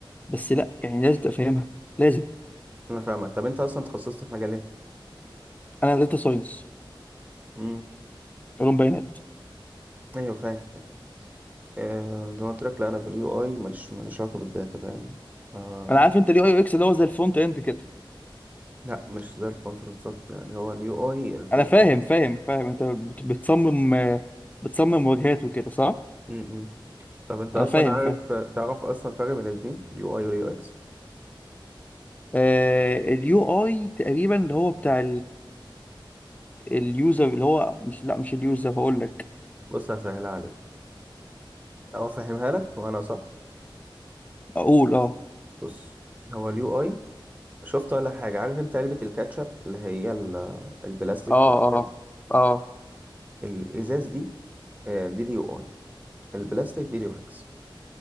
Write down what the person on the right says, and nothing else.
انا فاهمك طب انت اصلا تخصصت في مجال ايه
امم
ايوه فاهم آه زي ما قلت لك لا انا في اليو اي ماليش ماليش علاقة بالداتا فاهم آه،
لا مش زي الفونت بالظبط يعني هو اليو اي الفكرة
م -م. طب انت
اصلا
عارف
تعرف اصلا فرق بين الاتنين اليو اي واليو اكس
بص هسهلها عليك او افهمها لك وانا صح
بص هو اليو اي شفت ولا حاجة عارف انت علبة الكاتشب اللي هي ال- البلاستيك
والازاز
الازاز دي آه، دي اليو اي البلاستيك دي اليو اكس